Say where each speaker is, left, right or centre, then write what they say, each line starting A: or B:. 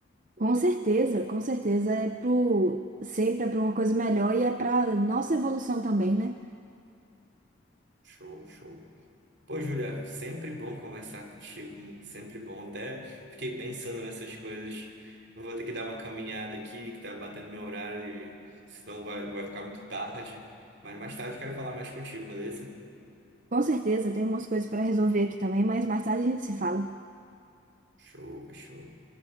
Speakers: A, on the right (about 40°); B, on the right (about 60°).
A: Com certeza, com certeza é pro sempre é para uma coisa melhor e é para nossa evolução também, né?
B: Show, show. Pô, Júlia, sempre bom conversar contigo, sempre bom. Até fiquei pensando nessas coisas. Eu Vou ter que dar uma caminhada aqui, que tá batendo meu horário, e senão vai, vai ficar muito tarde. Mas mais tarde eu quero falar mais contigo, beleza?
A: Com certeza, tem umas coisas para resolver aqui também, mas mais tarde a gente se fala.
B: Show, show.